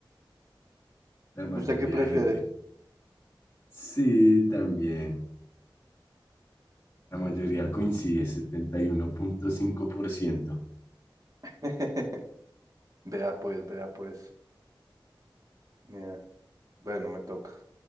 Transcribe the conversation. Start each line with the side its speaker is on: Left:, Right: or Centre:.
Left: La mayoría
Right: ¿Usted qué prefiere?
Left: de gente. Sí, también. La mayoría coincide, setenta y uno punto cinco por ciento.
Right: <laughs> Vea pues, vea pues. Mira. Bueno, me toca.